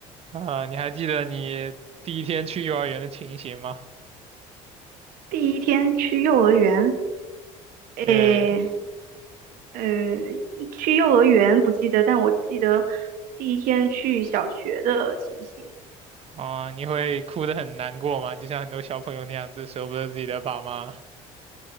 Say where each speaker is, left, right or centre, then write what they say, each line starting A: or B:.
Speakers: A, on the right; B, on the right.
A: 啊，你还记得你第一天去幼儿园的情形吗？
B: 第一天去幼儿园，诶，
A: 对，
B: 呃，去幼儿园不记得，但我记得第一天去小学的情形。
A: 啊，你会哭得很难过吗？就像很多小朋友那样子，舍不得自己的爸妈。